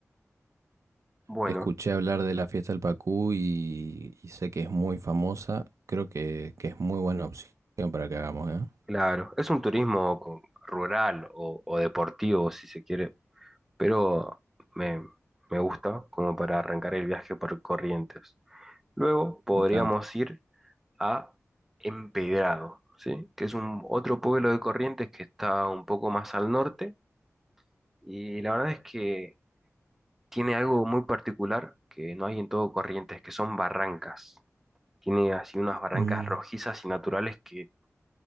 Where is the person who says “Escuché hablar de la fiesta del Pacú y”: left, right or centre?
Right